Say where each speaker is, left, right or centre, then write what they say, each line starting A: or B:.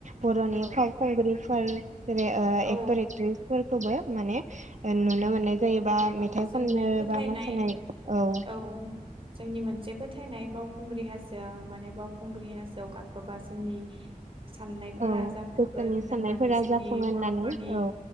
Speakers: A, on the right; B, on the right.
A: बर'नि
B: औ
A: फाव खुंगुगिफोर जेरै ओ
B: औ
A: एक्टर एक्ट्रिसफोरखौबो माने ओ नुनो मोननाय जायोबा
B: औ
A: मेथाइ
B: जोंनि
A: खननो
B: फोथायनाय
A: बा मोसानाय औ
B: औ जोंनि मोनसे फोथायनाय बावखुंग्रि हाजोआ माने बावखुंग्रि हाजोआव गाखोबा जोंनि साननायफोरा
A: औ
B: जाफुंगोन
A: गोसोनि
B: होननानै
A: साननायफोरा
B: जोंनि
A: जाफुङो होननानै
B: बर'फोरनि
A: औ